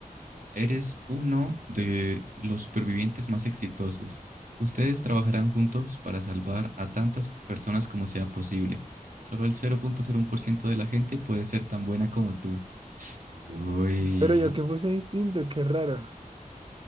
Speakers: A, on the right; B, on the right.
A: Eres uno de los supervivientes más exitosos. Ustedes trabajarán juntos para salvar a tantas personas como sea posible. Solo el 0.01% de la gente puede ser tan buena como tú. Uy,
B: Pero yo que puse distinto, qué raro.